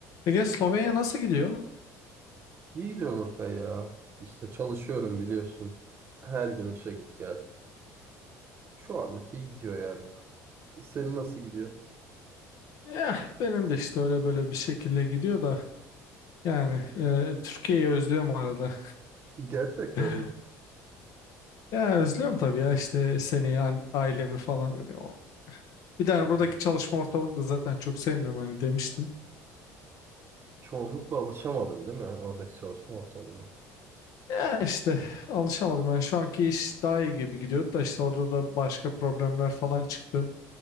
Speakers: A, on the left; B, on the right.
A: Ege Slovenya nasıl gidiyor?
B: İyi gidiyor Nurkay ya. İşte çalışıyorum biliyorsun. Her gün işe git gel. Şu anlık iyi gidiyor yani. Senin nasıl gidiyor?
A: Eh, benim de işte öyle böyle bir şekilde gidiyor da yani e, Türkiye'yi özlüyorum arada.
B: Gerçekten
A: <laughs>
B: mi?
A: Ya özlüyorum tabii ya işte seni, an- ailemi falan hani o. Bir tane
B: Hı
A: buradaki
B: hı.
A: çalışma ortamını da zaten çok sevmiyorum hani demiştim.
B: Çoğunlukla alışamadın değil mi oradaki çalışma ortamına?
A: Ya işte alışamadım ben şu anki iş daha iyi gibi gidiyordu da işte orada da başka problemler falan çıktı.